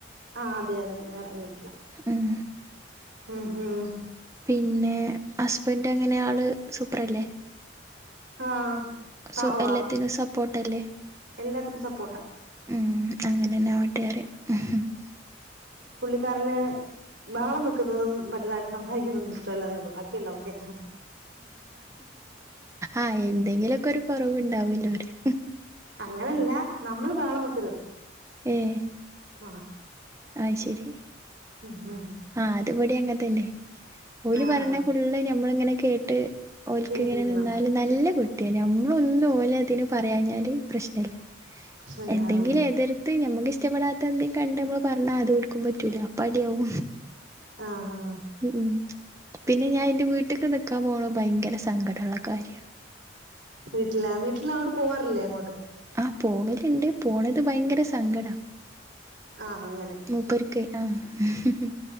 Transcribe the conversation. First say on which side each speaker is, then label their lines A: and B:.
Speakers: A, on the right; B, on the right.
A: ആഹ് അതെ അതെ വേറെ വീട്ട്ലാ
B: ഉം
A: ഉം ഉം
B: പിന്നെ ഹസ്ബന്റ് എങ്ങനെ ആള് സൂപ്പറല്ലേ?
A: ആഹ് പാവാ
B: സോ എല്ലത്തിനും സപ്പോട്ടല്ലേ
A: എല്ലാത്തിനും സപ്പോർട്ടാ
B: ഉം അങ്ങനെന്നെ ആവട്ടെ <unintelligible>
A: പുള്ളിക്കാരൻ ബഹളം വെക്കുന്നതും വല്ലാണ്ടെ സംസാരിക്കുന്നതൊന്നും ഇഷ്ടല്ലാ ന്നെ ഉള്ളൂ ബാക്കിയല്ലാം ഓക്കെ
B: ആഹ് എന്തെങ്കിലൊക്കെ ഒരു കുറവുണ്ടാവൂലോ അറിയ
A: അങ്ങനല്ല നമ്മള് ബഹളം വെക്കരുത്
B: ഏഹ്
A: ആഹ്
B: അയ് ശരി
A: ഉമ് ഉമ്
B: ആഹ് അത് വടി അങ്ങനെത്തന്നെ ഓല്
A: ആഹ്
B: പറഞ്ഞ ഫുള്ള് ഞമ്മള ഇങ്ങനെ കെ ട്ട് ഓൽക്ക്
A: കേട്ടിരിക്കണം
B: ഇങ്ങനെ നിന്നാല് നല്ല കുട്ടിയ നമ്മളൊന്നും ഓലതിന് പറയാഞ്ഞാല് പ്രശ്നല്ല
A: പ്രശ്നല്ല
B: എന്തെങ്കിലും
A: ആ
B: എതിർത്ത് നമ്മക്ക് ഇഷ്ടപ്പെടാത്ത എന്തെങ്കിലും കണ്ട നമ്മള് പറഞ്ഞ അതോൽക്കും പറ്റൂല അപ്പടിയാവും
A: ആ ആ
B: ഉമ് പിന്നെ ഞാൻ ഇന്റെ വീട്ട്ക്ക്‌ നിക്കാ പോണ ഭയങ്കര സങ്കടള്ള കാ കാര്യാ
A: വീട്ടില വീട്ടിൽ അങ്ങോണ്ട് പോവാറില്ലേ അങ്ങോട്ട്
B: ആഹ് പോവൽണ്ട് പോണത് ഭയങ്കര സങ്കടാ.
A: ആ അങ്ങനെ
B: മൂപ്പര്ക്ക് ആഹ്